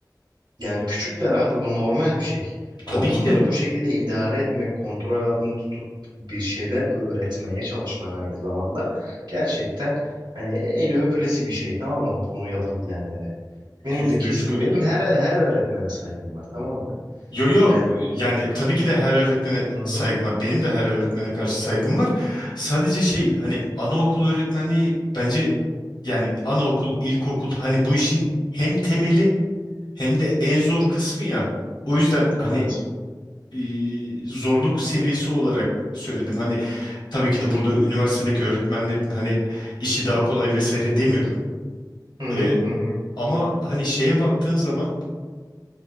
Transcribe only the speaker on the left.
tabii
ki
de
yüzde
yüz katılıyorum.
Yo yo
yani tabii ki de her öğretmene
saygım var. Benim de her öğretmene karşı saygım var. Sadece şey hani anaokul öğretmenliği bence yani anaokul, ilkokul hani bu işin hem temeli hem de en zor kısmı ya. O yüzden
hani e, zorluk seviyesi olarak söyledim. Hani tabii ki de burada üniversitedeki öğretmenlerin hani işi daha kolay vesaire demiyorum.
E,
ama hani şeye baktığın zaman